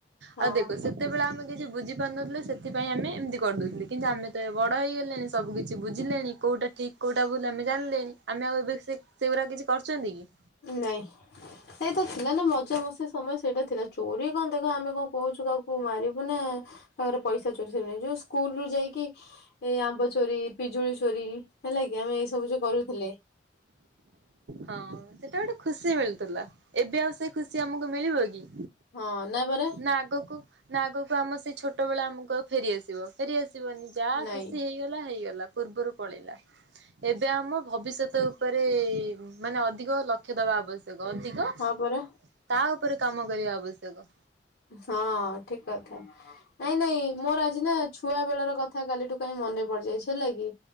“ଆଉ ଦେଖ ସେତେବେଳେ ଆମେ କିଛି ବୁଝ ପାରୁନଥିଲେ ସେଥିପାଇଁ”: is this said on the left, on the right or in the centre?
Right